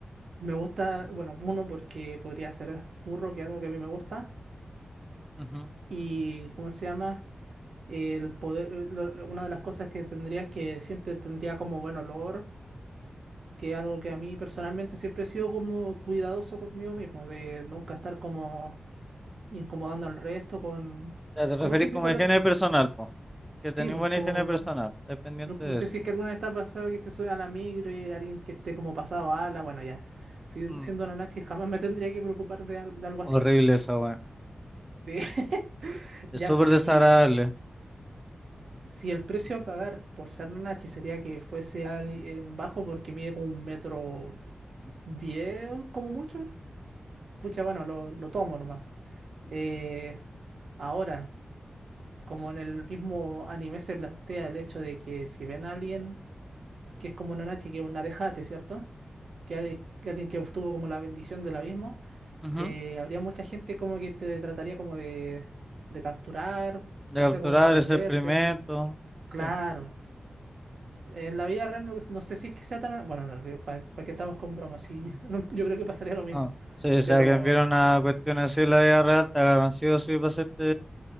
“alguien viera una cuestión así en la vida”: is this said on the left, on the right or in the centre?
Centre